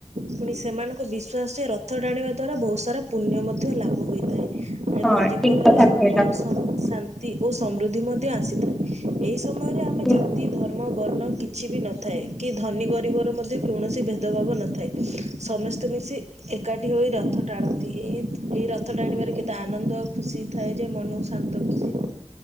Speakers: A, on the right; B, in the centre.
A: ପୁଣି ସେମାନଙ୍କ ବିଶ୍ୱାସରେ ରଥ ଟାଣିବା ଦ୍ୱାରା ବହୁତ ସାରା ପୁଣ୍ୟ ମଧ୍ୟ ମଧ୍ୟ ଲାଭ ହୋଇଥାଏ ଏବଂ
B: ହଁ
A: ଜୀବନରେ
B: ଠିକ କଥା
A: ସୁଖ
B: କହିଲ।
A: ଶାନ୍ତି ନ୍ତି ଓ ସମୃଦ୍ଧି ମଧ୍ୟ ଆସିଥାଏ ଏହି ସମୟରେ ଆମେ
B: ହୁଁ।
A: ଜାତି ଧର୍ ମ ବର୍ଣ୍ଣ କିଛି ବି ନଥାଏ କି ଧନୀ ଗରିବର ମଧ୍ୟ କୌଣସି ଭେଦଭାବ ନଥାଏ। ସମସ୍ତେ ମିଶି ଏକାଠି ହୋଇ ରଥ ଟାଣନ୍ତି ଏହି ଏଇ ରଥ ଟାଣିବାରେ କେତେ ଆନନ୍ଦ ଆଉ ଖୁସି ଥାଏ ଯେ ମନକୁ ଶାନ୍ତ ଖୁସି